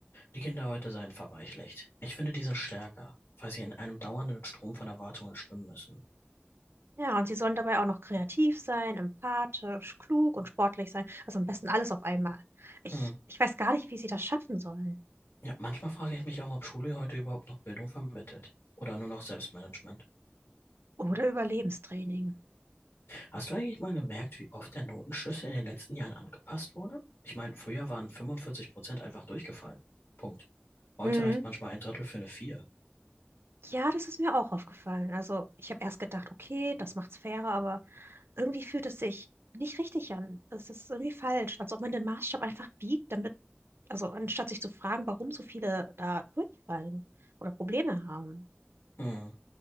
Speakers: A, on the left; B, on the right.
A: Die Kinder heute seien verweichlicht. Ich finde, die sind stärker, weil sie in einem dauernden Strom von Erwartungen schwimmen müssen.
B: Ja, und sie sollen dabei auch noch kreativ sein, empathisch, klug und sportlich sein. Also am besten alles auf einmal. Ich,
A: Hm.
B: ich weiß gar nicht, wie sie das schaffen sollen.
A: Ja, manchmal frage ich mich auch, ob Schule heute überhaupt noch Bildung vermittelt. Oder nur noch Selbstmanagement.
B: Oder Überlebenstraining.
A: Hast du eigentlich mal gemerkt, wie oft der Notenschlüssel in den letzten Jahren angepasst wurde? Ich meine, früher waren fünfundvierzig Prozent einfach durchgefallen. Punkt. Heute
B: Mhm.
A: reicht manchmal ein Drittel für eine Vier.
B: Ja, das ist mir auch aufgefallen. Also ich habe erst gedacht, okay, das macht's fairer, aber irgendwie fühlt es sich nicht richtig an. Es ist irgendwie falsch, als ob man den Maßstab einfach biegt, damit, also anstatt sich zu fragen, warum so viele da durchfallen oder Probleme haben.
A: Hm.